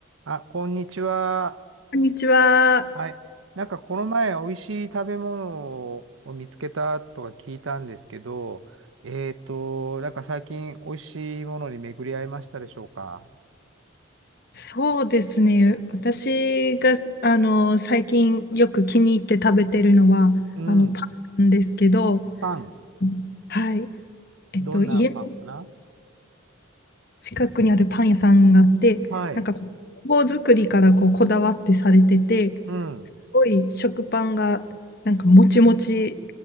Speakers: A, on the right (about 70°); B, on the left (about 50°).
A: あ、こんにちは。
B: こんにちは。
A: はい。なんかこの前、美味しい食べ物を見つけたとか聞いたんですけど、えっと、なんか最近美味しいものに巡り合いましたでしょうか
B: そうですね。私が、あの、最近よく気に入って食べてるのは、
A: うん。
B: あの、パンなんですけど、
A: パン。
B: うんはい。えっと、
A: どんなパンかな
B: 家の近くにあるパン屋さんがあって、
A: はい。
B: なんかこ工房作りからこう、こだわってされてて、す
A: うん。
B: ごい食パンが、なんかもちもち、